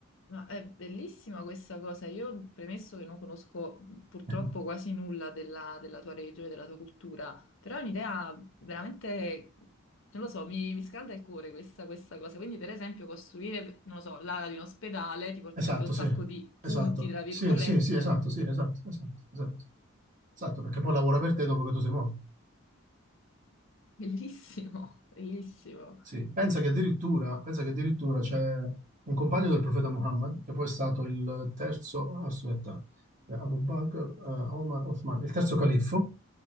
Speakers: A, on the left; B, on the right.
A: Ma è bellissima questa cosa. Io, premesso che non conosco mh, purtroppo
B: <laughs>
A: quasi nulla della, della tua regione, della tua cultura, però è un'idea veramente, non lo so, mi, mi scalda il cuore questa, questa cosa. Quindi, per esempio, costruire, non lo so, l'ala di un ospedale ti porterebbe
B: Esatto,
A: un
B: sì,
A: sacco di punti,
B: esatto.
A: tra virgolette.
B: Sì, sì, sì, esatto, sì, esatto, esatto, esatto. Esatto, perché poi lavora per te dopo che tu sei morto.
A: Bellissimo, bellissimo.
B: Sì, pensa che addirittura, pensa che addirittura c'è un compagno del profeta Muhammad, che poi è stato il terzo, aspetta, eh, Abu Bakr, eh, Omar, Othman, il terzo califfo,